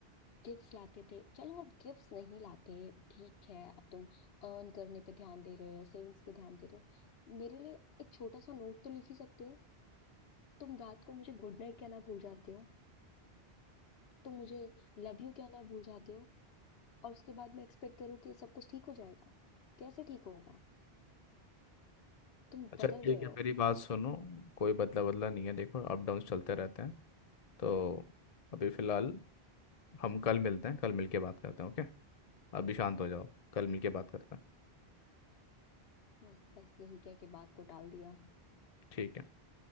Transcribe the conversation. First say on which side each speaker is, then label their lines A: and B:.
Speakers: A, on the left; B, on the left.
A: गिफ्ट्स लाते थे चलो अब गिफ्ट्स नहीं लाते ठीक है अब तुम अर्न करने पे ध्यान दे रहे हो सेविंग्स पे ध्यान दे रहे हो मेरे लिए एक छोटा सा नोट तो लिख ही सकते हो तुम रात को मुझे गुड नाइट कहना भूल जाते हो तुम मुझे लव यू कहना भूल जाते हो और उसके बाद मैं एक्सपेक्ट करूँ कि सब कुछ ठीक हो जाएगा कैसे ठीक होगा तुम
B: अच्छा
A: बदल
B: ठीक
A: गए
B: है
A: हो
B: मेरी बात सुनो कोई बदला बदला नहीं है देखो अप डाउन चलते रहते हैं तो अभी फिलहाल हम कल मिलते हैं कल मिलके बात करते हैं ओके अभी शांत हो जाओ कल मिलके बात करते हैं
A: हम्म, बस यही कह के बात को टाल दिया
B: ठीक है